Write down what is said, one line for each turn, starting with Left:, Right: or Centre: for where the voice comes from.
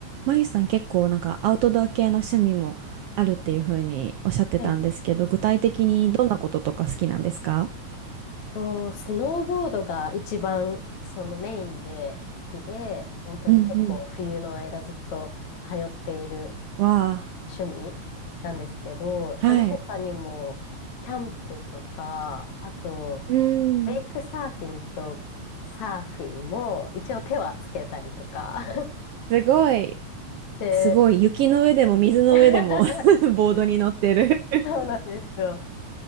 Right: まゆさん結構なんかアウトドア系の趣味もあるっていうふうにおっしゃってたんですけど、
Left: えっ
Right: 具体的にどんなこととか好きなんですか
Left: と、スノーボードが一番そのメインで好きで、本当に結構冬の間ずっと通っている
Right: うんうん。わ
Left: 趣味なんですけど、その他にもキャンプとか、
Right: あ、はい。
Left: あと
Right: うん。
Left: ウェイクサーフィンとサーフィンも一応手はつけたりとか
Right: すごい、
Left: <laughs> して、
Right: すごい。雪の上でも水の上でも
Left: <laughs> そう
Right: <laughs> ボードに乗ってる
Left: なんですよ